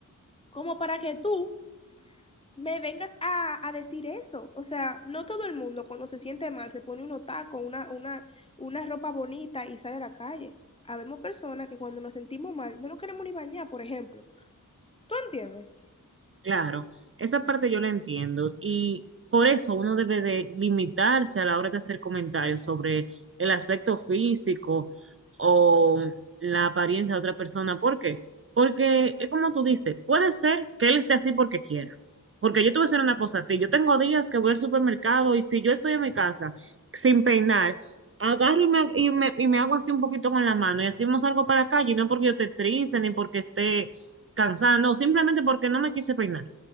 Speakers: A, on the left; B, on the right.
A: como para que tú me vengas a, a decir eso. O sea, no todo el mundo cuando se siente mal se pone unos tacos, una, una, una ropa bonita y sale a la calle. Habemos personas que cuando nos sentimos mal no nos queremos ni bañar, por ejemplo. ¿Tú entiendes?
B: Claro, esa parte yo la entiendo y por eso uno debe de limitarse a la hora de hacer comentarios sobre el aspecto físico o la apariencia de otra persona. ¿Por qué? Porque es como tú dices, puede ser que él esté así porque quiera. Porque yo te voy a hacer una cosa a ti, yo tengo días que voy al supermercado y si yo estoy en mi casa sin peinar, agarro y me, y me, y me hago así un poquito con la mano y hacemos algo para la calle, y no porque yo esté triste ni porque esté cansada, no, simplemente porque no me quise peinar